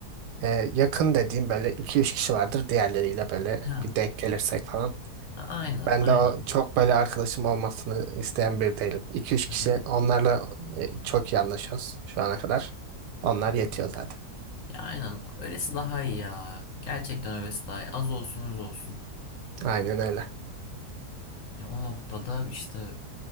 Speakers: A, on the right (about 85°); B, on the left (about 65°).
A: e, yakın dediğim böyle iki üç kişi vardır. Diğerleriyle böyle
B: ha
A: bir denk gelirsek falan.
B: a- aynen
A: Ben
B: aynen.
A: de o çok böyle arkadaşım olmasını isteyen biri değilim. 2 üç kişi
B: Hı hı.
A: onlarla e, çok iyi anlaşıyoruz şu ana kadar. Onlar yetiyor zaten.
B: Ya aynen öylesi daha iyi ya. Gerçekten öylesi daha iyi. Az olsun öz olsun.
A: Aynen öyle.
B: Ya o noktada işte